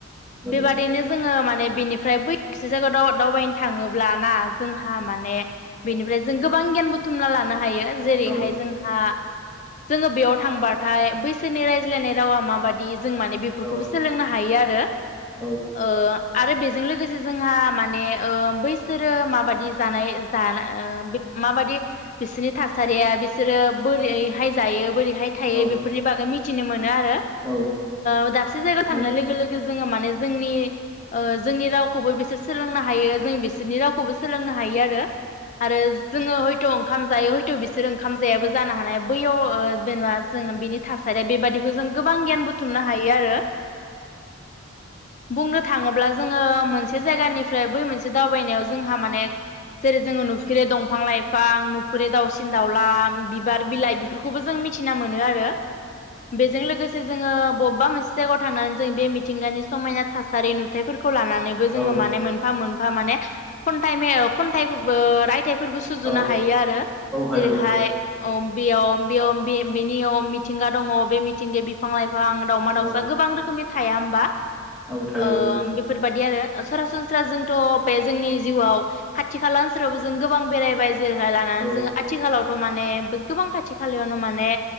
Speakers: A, on the left; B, in the centre.
A: बेबादिनो
B: औ
A: जोङो माने बेनि फ्राय बै से जायगायावाव दावबायनो थाङो ब्लाना जोंहा माने बेनिफ्राय जों गोबां गियान बुथुमना लानो हायो। जेरैहाय
B: औ
A: जों हा जोङो बेयाव थांबाथाय बैसोरनि रायज्लायनाय रावा माबायदि जों माने बेफोरखौबो
B: औ
A: सोलोंनो हायो आर रो
B: औ
A: ओ आरो बेजों लोगोसे जोंहा माने ओ बैसोरो माबायदि जानाय ज <unintelligible> माबायदि बिसोरनि थासारिया बिस बिसोरो बोरैहाय जायो बोरै हाय थायो
B: औ
A: बेफोरनि बागै मि थिनो मोन नो आरो
B: औ
A: ओ दाबसे जायगायाव थांनाय
B: औ
A: लोगो लोगो जोङो माने जोंनि ओ जोंनि रावखौबो बिसोर सोलोंनो हायो। जों बिसोरनि रावखौबो सोलोंनो हायो आरो आरो जोङो हयथ ओंखाम जायो हयथ बिसोर ओं खाम जायाबो जानो हानाय बैयाव जेनेबा जोङो बिनि थासारिया बेबादिखौ जों गोबां गियान बुथुमनो हायो आरो बुंनो थाङोब्ला जोङो मोनसे जायगानिफ्राय बै मोनसे <unintelligible> जोंहा माने जेरै जोङो नुफेरै दंफां लाइफां नुफेरै दाउसिन दाउल बा बिबार बिलाइ बेफोरखौबो जों मिथ थिना मोनो आरो बेजों लोगो जोङो बबेबा मोनसे जायगायाव थांनानै जों बे मिथिंगानि समायना थासारि नुथायफोर खौ लानानैबो जोङो
B: औ
A: माने मोनफा मोनफा माने खनथाइ मे खनथाइबो राइथाय फोरबो सुजुनो
B: औ
A: हायो आरो
B: औ हायो
A: जेरैहाय औ बेयाव बेयाव बेनियाव मिथिंगा दङ बे मिथिंगाया बिफां लाइ गोबां दावमा
B: औ
A: दाउसा
B: औ
A: गोबां रोखोमनि थाया होनबा
B: औ थायो
A: ओ बेफोर बादि बिदि आरो सरासनस्रा जोंथ बे जोंनि जिउआव खाथि खाला ओसोलाव जों गोबां बेरायबाय <unintelligible>
B: औ
A: ओनसोलावथ माने गोबां खाथि खालायावनो माने